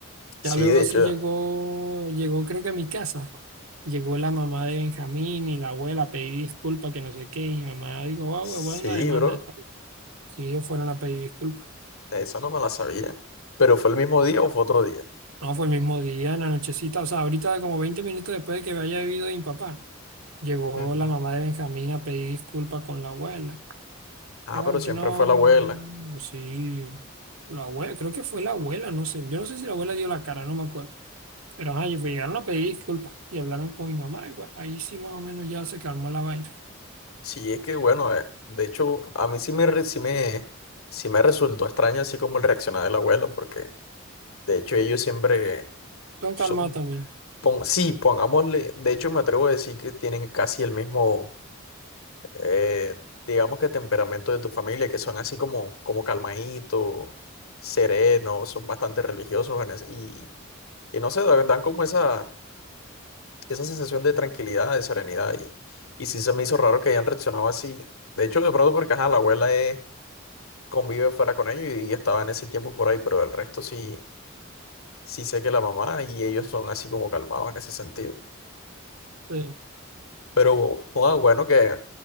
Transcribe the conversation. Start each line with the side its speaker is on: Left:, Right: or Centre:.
Left: Sí,
Right: Ya luego
Left: de hecho,
Right: sí llegó, llegó creo que a mi casa. Llegó la mamá de Benjamín y la abuela, pedí disculpas, que no sé qué. Y mi mamá dijo, wow,
Left: sí,
Right: bueno, la demanda
Left: bro,
Right: y tal. Sí, ellos fueron a pedir disculpas.
Left: esa no me la sabía. ¿Pero fue el mismo día o fue otro día?
Right: No, fue el mismo día, en la nochecita, o sea, ahorita como 20 minutos después de que me haya vivido mi papá, llegó
Left: Ujú.
Right: la mamá de Benjamín a pedir disculpas con la abuela.
Left: Ah,
Right: Claro
Left: pero siempre
Right: que no,
Left: fue la abuela.
Right: sí, la abuela, creo que fue la abuela, no sé. Yo no sé si la abuela dio la cara, no me acuerdo. Pero ajá, y llegaron a pedir disculpas y hablaron con mi mamá. Y bueno, ahí sí más o menos ya se calmó la vaina.
Left: Sí, es que bueno, eh, de hecho, a mí sí me, re- sí me, sí me resultó extraño así como el reaccionar del abuelo, porque de hecho ellos siempre,
Right: Tú han
Left: su-
Right: calmado también.
Left: pon- sí, pongámosle, de hecho me atrevo a decir que tienen casi el mismo eh, digamos que temperamento de tu familia, que son así como, como calmaditos, serenos, son bastante religiosos en ese- y, y no sé, dan dan como esa, esa sensación de tranquilidad, de serenidad. Y, y sí se me hizo raro que hayan reaccionado así. De hecho, de pronto porque ajá, la abuela eh, convive fuera con ellos y, y estaba en ese tiempo por ahí, pero el resto sí, sí sé que la mamá y ellos son así como calmados en ese sentido.
Right: Sí.
Left: Pero joda, bueno que,